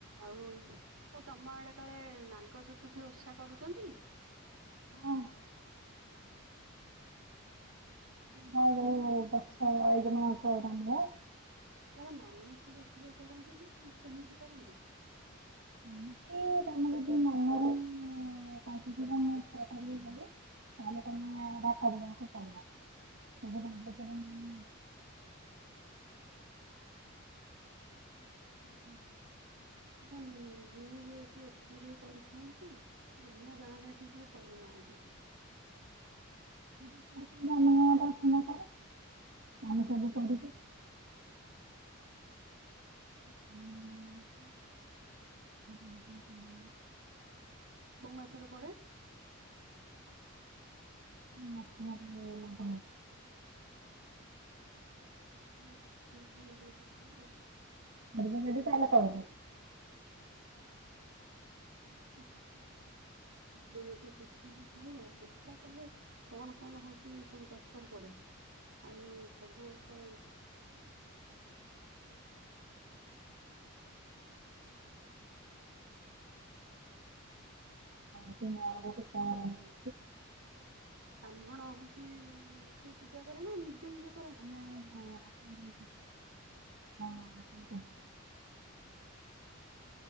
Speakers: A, on the right; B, on the right.
A: ଆଉ ତ ତମ ଆଡେ କାଳେ ନାଗଚତୁର୍ଥୀ ଓଷା କରୁଛନ୍ତି?
B: ହଁ।
A: ମାନେ
B: ନାଇ ଏ ଯୋଉ ଗଛ ଏଇକିନା କରା ହୁଏ।
A: ଯାର ମାନସିକ ଥିବ କରନ୍ତିନା, ସେମିତି କରନ୍ତି?
B: ଏମିତି ତମ ଗୋଟେ ମନର ତାଙ୍କୁ ସେଟା <unintelligible> ତମେକରିବାକୁ ପଡିବ। <unintelligible>
A: ହୁଁ ହୁଁ, ମୁଁ ଯେ ସେ ଓଷା ଟିକେ କରିଥାନ୍ତି। ଆମ ଗାଁ ରେ ଏଠି କିଏ କରୁନାହାନ୍ତି।
B: <unintelligible> ପରେ, ଆମେ ସବୁ କରୁଛୁ। ହୁଁ।
A: କଣ୍ କହିଲୁ?
B: <unintelligible>
A: କୋଉ ମାସରେ ପଡେ?
B: ନଭେମ୍ବର
A: <unintelligible>
B: ମିକ ଯ ଚାଲେ କହୁଛ।
A: ମତେ ଟିକେ ବୁଝିକି କହିବ ଓଷା କଲେ କଣ କଣ ହଉଛି ସବୁ ଦରକାର ପଡେ, ଆଉ ସବୁ ବର୍ଷ
B: <unintelligible>
A: ବ୍ରାହ୍ମଣ ହଉଛି ସେ ପୂଜା କରେ ନା ନିଜ ନିଜ
B: ନାଇଁ ନାଇଁ। ହଁ ସେ